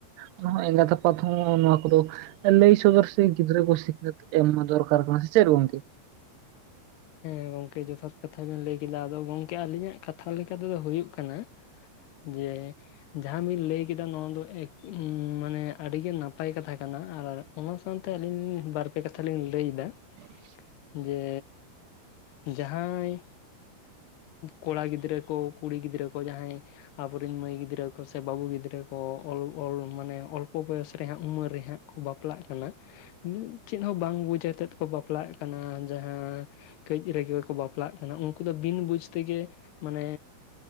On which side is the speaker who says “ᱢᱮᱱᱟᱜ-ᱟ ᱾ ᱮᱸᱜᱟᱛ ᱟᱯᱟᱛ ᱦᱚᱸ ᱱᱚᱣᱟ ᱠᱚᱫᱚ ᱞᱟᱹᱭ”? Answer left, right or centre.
Right